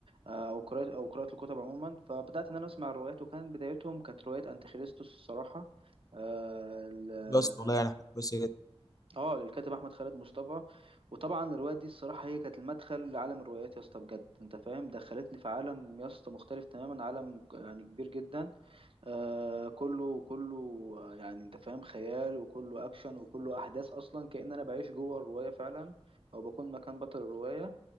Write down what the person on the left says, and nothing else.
بس والله يعني حاجة كويسة